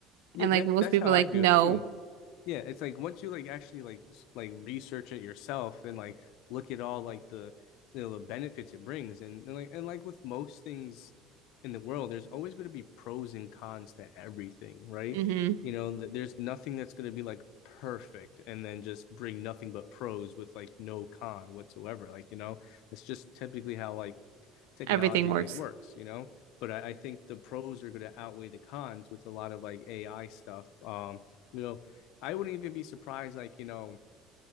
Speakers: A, on the left; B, on the right.
A: Yeah,
B: And
A: that
B: like most
A: that's
B: people
A: how
B: are like,
A: I view
B: no.
A: it too. Yeah, it's like once you like actually like s- like research it yourself and like look at all like the you know the benefits it brings and, and like and like with most things in the world, there's always going to be pros and cons to everything, right?
B: Mm-hmm.
A: You know, th- there's nothing that's going to be like perfect and then just bring nothing but pros with like no con whatsoever. Like, you know, that's just typically how like technology
B: Everything works.
A: like works, you know. But I, I think the pros are going to outweigh the cons with a lot of like AI stuff. Um, you know, I wouldn't even be surprised, like you know,